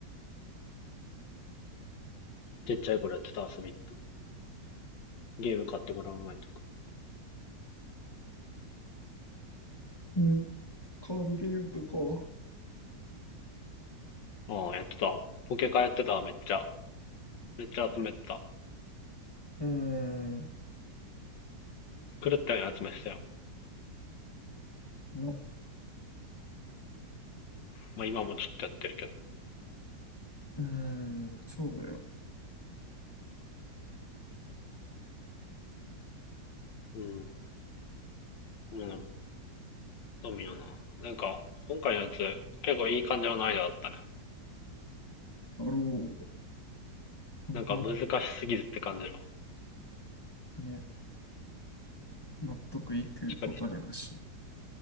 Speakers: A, on the left; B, on the left.
A: ちっちゃい頃やってた遊び。ゲーム買ってもらう前とか。
B: うん、カードゲームとか。
A: ああ、やってた。ポケカやってた、めっちゃ。めっちゃ集めてた。
B: うーん。
A: 狂ったように集めてたよ。
B: の
A: まあ今もちょっとやってるけど。
B: うーん、そうだよね。
A: うん。もうドミノな。なんか、今回のやつ、結構いい感じの難易度だったね。
B: だろう。簡単
A: なんか難しすぎずって感じだわ
B: ね。納得いく答えだしな。
A: 確かに、